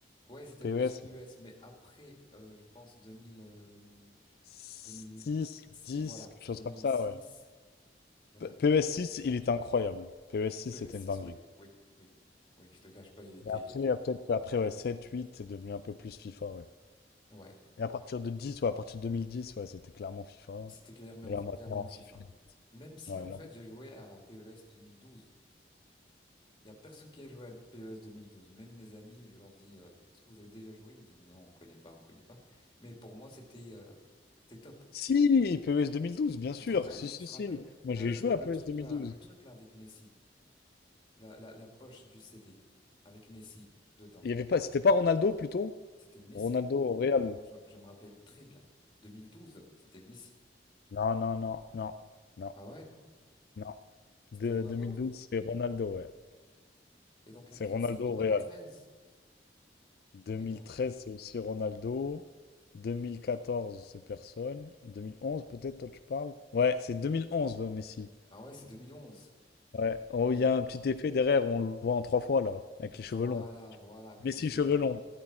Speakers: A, on the left; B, on the left.
A: Ouais, c'était
B: PES
A: plus PES, mais après, euh, je pense 2000, euh,
B: six
A: 2000,
B: 10
A: voilà,
B: quelque chose
A: 2006,
B: comme ça, ouais.
A: voilà.
B: P- PES 6, il était incroyable. PES six
A: es
B: c'était
A: six
B: une dinguerie.
A: oui, oui, oui, oui, je te cache pas, il était,
B: Et après, euh, peut-être qu'après ouais, 7 8 c'est devenu un peu plus FIFA, ouais.
A: euh, ouais,
B: Et à partir de 10 ou à partir de deux mille dix ouais, c'était clairement FIFA.
A: c'était clairement,
B: Et là, maintenant,
A: clairement FIFA.
B: c'est fini.
A: Même si,
B: Ouais,
A: en
B: là-
A: fait, j'ai joué à PES douze Il y a personne qui a joué à PES douze Même mes amis, je leur dis, euh, est-ce que vous avez déjà joué? Ils me disent, non, on connaît pas, on connaît pas. Mais pour moi, c'était, euh, c'était top.
B: Si, PES 2012, bien
A: Tu
B: sûr.
A: te rappelles?
B: Si, si,
A: Tu te
B: si.
A: rappelles?
B: Moi,
A: Le,
B: j'ai joué
A: le,
B: à
A: le
B: PES
A: truc
B: deux mille
A: là,
B: douze
A: le truc là avec Messi, la, la, la poche du CD avec Messi dedans.
B: Il y avait pas, c'était pas Ronaldo, plutôt?
A: C'était Messi.
B: Ronaldo au Real.
A: Non, non, je, je me rappelle très bien. deux mille douze c'était Messi.
B: Non, non, non, non, non,
A: Ah ouais?
B: non. De
A: C'était Ronaldo?
B: deux mille douze c'est Ronaldo, ouais.
A: Et donc laquelle?
B: C'est Ronaldo
A: C'est 2013?
B: au Real. 2013,
A: Mais non.
B: c'est aussi Ronaldo. 2014, c'est personne. 2011, peut-être, toi, tu parles? Ouais, c'est 2011, euh, Messi.
A: Ah ouais, c'est 2011.
B: Ouais. Oh,
A: Mais
B: il y a un petit effet derrière où on le voit en trois fois, là, avec les
A: voilà,
B: cheveux longs.
A: voilà, avec
B: Messi
A: le cheveu
B: cheveux
A: long.
B: longs.